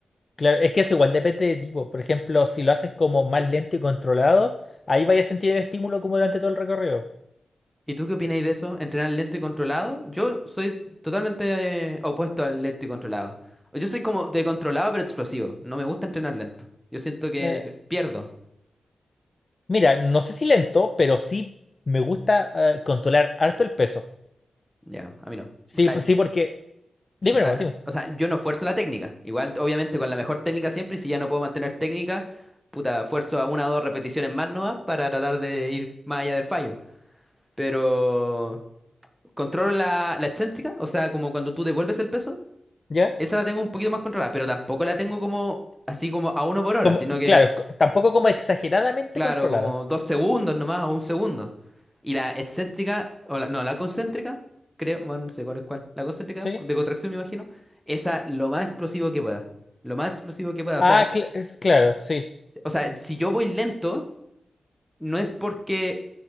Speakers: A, on the left (about 30°); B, in the centre.
A: claro, es que eso igual depende de tipo. Por ejemplo, si lo haces como más lento y controlado, ahí vais a sentir el estímulo como durante todo el recorrido.
B: ¿Y tú qué opináis de eso? ¿Entrenar lento y controlado? Yo soy totalmente eh, opuesto al lento y controlado. Yo soy como de controlado pero explosivo. No me gusta entrenar lento. Yo siento que
A: Eh,
B: eh, pierdo.
A: mira, no sé si lento, pero sí me gusta eh, controlar harto el peso.
B: Ya, a mí no.
A: Sí,
B: O sea,
A: pues sí, porque. Dime,
B: O sea,
A: hermano, dime.
B: o sea, yo no fuerzo la técnica. Igual, obviamente, con la mejor técnica siempre, y si ya no puedo mantener técnica, puta, fuerzo a una o dos repeticiones más nomás para tratar de ir más allá del fallo. Pero controlo la, la excéntrica, o sea, como cuando tú devuelves el peso,
A: ¿Ya?
B: esa la tengo un poquito más controlada, pero tampoco la tengo como así como a uno por hora,
A: Como,
B: sino que
A: claro, co- tampoco como exageradamente
B: Claro,
A: controlada.
B: como dos segundos nomás, o un segundo. Y la excéntrica, o la- no, la concéntrica, creo, bueno, no sé cuál es cuál. La concéntrica,
A: ¿Sí?
B: de contracción me imagino, esa lo más explosivo que pueda. Lo más explosivo que pueda. O
A: Ah,
B: sea,
A: cl- es, claro, sí.
B: o sea, si yo voy lento, no es porque